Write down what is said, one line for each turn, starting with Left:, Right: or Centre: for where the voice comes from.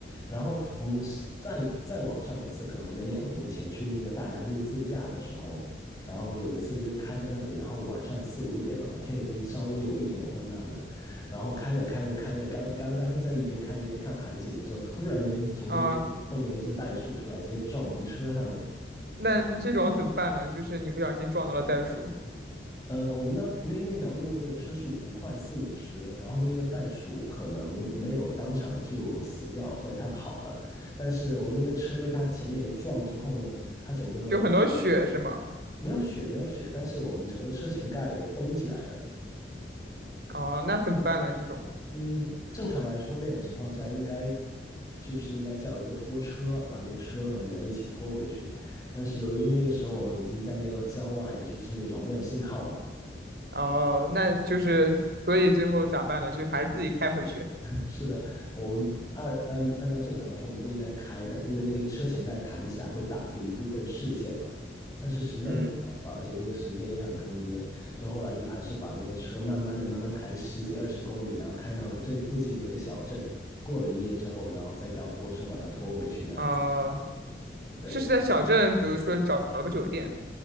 Left: 然后我们是再再往上一次，可能得两年前去那个大洋路自驾的时候，然后有一次就是开在那里，然后晚上四五点了嘛，天已经稍微有一点昏暗了，然后开着开着开着，刚刚刚在一边开一边看海景的时候，突然间从那个蹦了一只袋鼠出来，
Right: 啊。
Left: 直接撞我们车上了。
Right: 那这种怎么办呢？就是你不小心撞到了袋鼠，
Left: 呃，我们那那那条路那个车速不快，四五十，然后那个袋鼠可能没有当场就死掉，所以它跑了。但是我们那个车被它前面一撞之后呢，它整个
Right: 就很多血是吗？
Left: 没有血，没有血，但是我们整个车前盖崩起来了。
Right: 哦，那怎么办呢？这种
Left: 嗯，正常来说那种情况下应该就是应该叫一个拖车，把那个车和人一起拖回去。但是由于那个时候我们已经在那个郊外，就是那种没有信号嘛。
Right: 哦，那就是所以最后咋办呢？就还是自己开回去。
Left: 是的，我们按按按照正常来说，我们不应该开，但因为那个车前盖弹起来会挡住一部分视线嘛，但是实在没有办法，
Right: 嗯，
Left: 而且那个时间也很坑爹，所以后来就还是把那个车慢慢的、慢慢开十几二十公里，然后开到了最附近的一个小镇，过了一夜之后，然后再叫拖车把它拖回去，这样子。
Right: 呃，
Left: 对
Right: 是是在小镇，比如说找了个酒店。